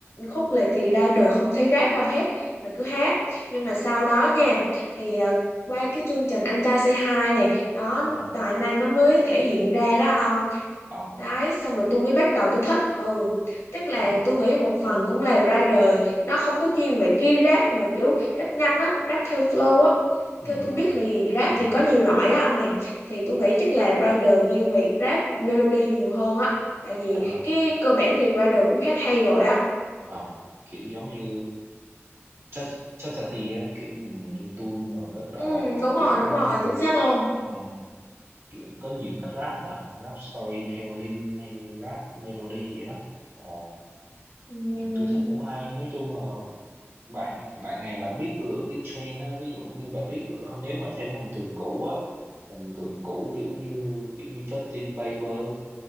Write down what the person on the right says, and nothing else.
ờ
ờ
ờ
ừ
ừ
ừ.
ờ
ờ kiểu giống như chất chất Tati á kiểu dùng như tune rồi bắt đầu
kiểu
như
ờ, kiểu có nhiều cách rap mà rap storytelling hay rap melody vậy đó ờ
Ừ, tôi thấy cũng hay nói chung là bạn bạn này bạn biết lựa cái trend á ví dụ như bạn biết lựa nếu mà theo cái hình tượng cũ á hình tượng cũ kiểu như kiểu như Justin Bieber